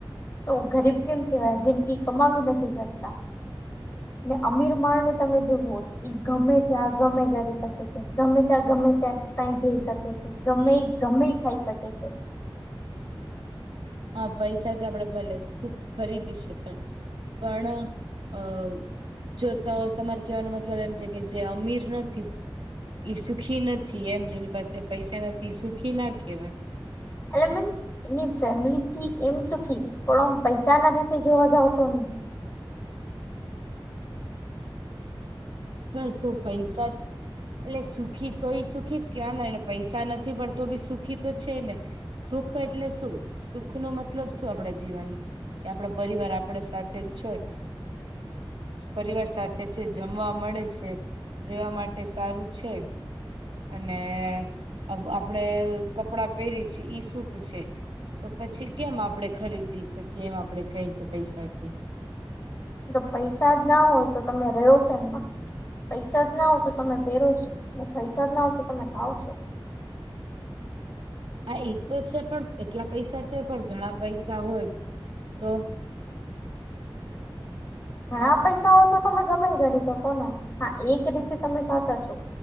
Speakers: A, on the left; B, on the right.
A: તો ગરીબ કેમ કેવાય? જેમકી કમાવી નથી શકતા. ને અમીર માળનું તમે જોજો. ઈ ગમે ત્યાં ગમે કરી શકે છે. ગમે ત્યાં ગમે ત્યાં કઈ જઈ શકે છે. ગમે એ ગમે ખાઈ શકે છે.
B: હા, પૈસા તો આપડે ભલે, સુખ ખરીદી શકાય. પણ અ જો તો તમારે કેવાનો મતલબ એમ છે કે જે અમીર નથી. ઈ સુખી નથી. એમ જેની પાસે પૈસા નથી સુખીના કેહેવાય.
A: એટલે મીન્સ એની ફેમિલીથી એમ સુખી પણ આમ પૈસા ના રીતે જોવા જાવ તો નહી.
B: ઘર તો પૈસા જ એટલે સુખી તો એ સુખી જ કેનાને પૈસા નથી પણ તો બી સુખી તો છે ને સુખ એટલે સુખ. સુખનો મતલબ શું? આપણા જીવનમાં. કે આપડો પરિવાર આપડે સાથે જ છય પરિવાર સાથે છે. જમવા મળે છે. રહેેવા માટે સારું છે. અને આપડે કપડાં પહેરી છીએ ઈ સુખ છે. તો પછી કેમ આપડે ખરીદી શકીએ. એમ આપડે કઈ તો પૈસાથી.
A: તો પૈસા જ ના હોય તો તમે રહ્યો છે. એમમાં પૈસા જ ના હોવ તો તમે પહેરો છો ને, પૈસા જ ના હોવ તો તમે ખાવ છો.
B: હા, એ તો છે પણ એટલા પૈસા તો હોય પણ ઘણા પૈસા હોય તો
A: ઘણા પૈસાઓ તો તમે ગમે કરી શકોને. હા, એક રીતે તમે સાચા છો.